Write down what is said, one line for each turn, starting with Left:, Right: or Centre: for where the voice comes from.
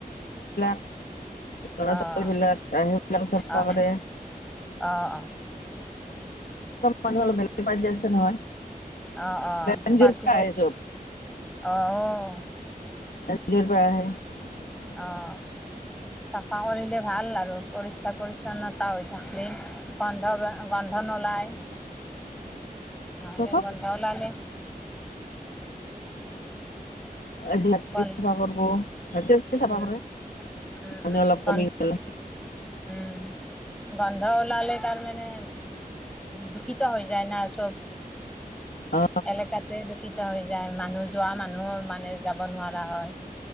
Left: <unintelligible> <inaudible> লৰা
Centre: অ'
Left: ছোৱালীবিলাক আহে, সেইবিলাক চাফা
Centre: অ'
Left: কৰে
Centre: অ' অ'
Left: <unintelligible> আছে নহয়।
Centre: অহ, অ',
Left: এন
Centre: পাৰটি,
Left: জি অ'ৰ পৰা
Centre: অহ,
Left: আহে চব
Centre: অ',।
Left: <inaudible>
Centre: অ', চাফা কৰিলে ভাল আৰু পৰিষ্ পৰিচ্ছন্নতা হৈ থাকিলে গন্ধ, গন্ধ নোলায় নহ'লে
Left: চবক
Centre: গন্ধ ওলালে
Left: আজি ৰাতি
Centre: গন
Left: চাফা কৰব, ৰাতি ৰাতি চাফা
Centre: উম,
Left: কৰে মানহ
Centre: উম, উম,
Left: অলপ
Centre: গন
Left: কমি গলে
Centre: উম। গন্ধ ওলালে তাৰ মানে দূষিত হৈ যায় না চব
Left: অ
Centre: এলেকাতে দূষিত হৈ যায়, মানুহ যোৱা মানুহ মানে যাব নোৱাৰা হয়,